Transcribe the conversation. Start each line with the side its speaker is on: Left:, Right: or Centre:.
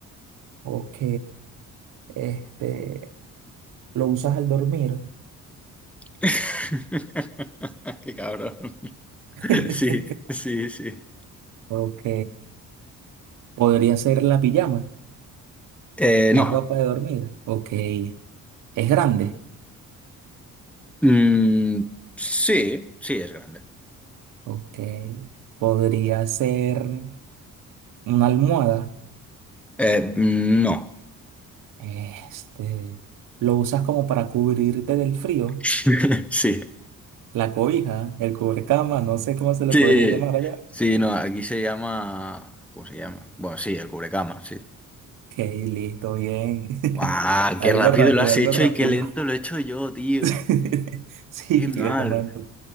Right: Ok, este, ¿lo usas al dormir?
Centre: <laughs> Qué cabrón.
Right: <laughs>
Centre: Sí, sí, sí.
Right: Ok. Podría ser la pijama,
Centre: Eh,
Right: la
Centre: no.
Right: ropa de dormir. Ok. Es grande.
Centre: Mm, sí, sí es grande.
Right: Ok. Podría ser una almohada.
Centre: Eh, no.
Right: Este. Lo usas como para cubrirte del frío.
Centre: <laughs> Sí.
Right: La cobija, el cubrecama, no sé cómo se le
Centre: Sí,
Right: podría llamar allá.
Centre: sí, no, aquí se llama... ¿Cómo se llama? Bueno, sí, el cubrecama, sí.
Right: Ok, listo, bien. <laughs>
Centre: ¡Ah,
Right: Algo
Centre: qué rápido
Right: rápido,
Centre: lo has
Right: algo
Centre: hecho
Right: rápido.
Centre: y qué lento lo he hecho yo, tío!
Right: <laughs> Sí,
Centre: ¡Qué mal!
Right: hermano.